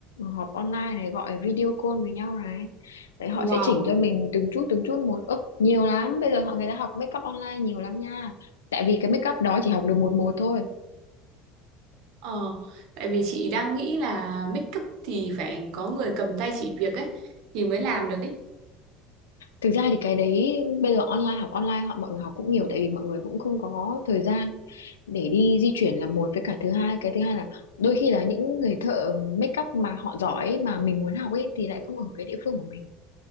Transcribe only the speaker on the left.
họp online này gọi video call với nhau này. Đấy họ
sẽ chỉnh cho mình từng chút từng chút một. Ơ, nhiều lắm, bây giờ họ người ta học make up online nhiều lắm nha. Tại vì cái make up đó chỉ học được một một thôi.
Thực ra thì cái đấy bây giờ online học online họ mọi người học cũng nhiều tại vì mọi người cũng không có thời gian để đi di chuyển là một với cả thứ hai, cái thứ hai là đôi khi là những người thợ make up mà họ giỏi mà mình muốn học ấy thì lại không ở cái địa phương của mình.